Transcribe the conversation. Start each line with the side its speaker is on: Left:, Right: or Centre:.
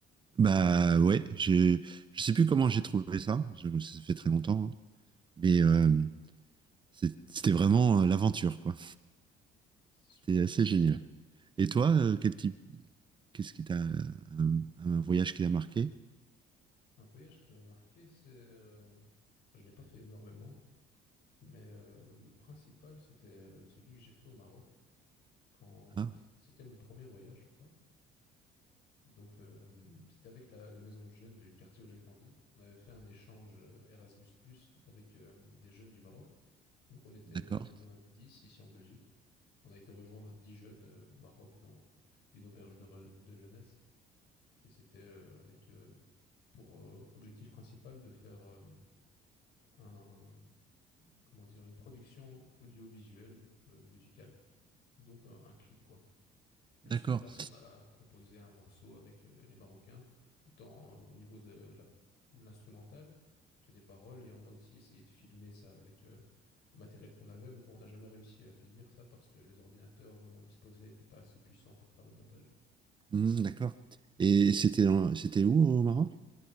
Right: Bah ouais, je je sais plus comment j'ai trouvé ça, je, ça fait très longtemps, hein. mais euh, c'est- c'était vraiment euh, l'aventure, quoi.
Left: C'est
Right: C'était
Left: super.
Right: assez génial. Et toi, euh, quel type, qu'est-ce qui t'a, euh, un, un voyage qui t'a marqué?
Left: Un voyage qui m'a marqué, c'est... euh, J'en ai pas fait énormément. Mais euh, le principal, c'était euh, celui que j'ai fait au Maroc quand
Right: Ah,
Left: c'était mon premier voyage, je crois. Et donc, euh, c'était avec la, la maison de jeunes du quartier où j'ai grandi. On avait fait un échange euh, Erasmus+ avec euh, des jeunes du Maroc. Donc, on était
Right: d'accord,
Left: plus ou moins 10 ici en Belgique. On a été rejoindre 10 jeunes euh, au Maroc dans une auberge de, re- de jeunesse. Et c'était euh, avec euh, pour euh, objectif principal de faire euh, un, comment dire, une production audiovisuelle, euh, musicale. Donc un, un clip quoi.
Right: d'accord.
Left: Et sur place, on a composé un morceau avec euh, les Marocains, autant euh, au niveau de la- l'instrumental que des paroles. Et on a aussi essayé de filmer ça avec euh, le matériel qu'on avait, mais bon, on n'a jamais réussi à finir ça parce que les ordinateurs dont on disposait n'étaient pas assez puissants pour faire le montage.
Right: Hmm, d'accord. Et c'était en- c'était où au Maroc?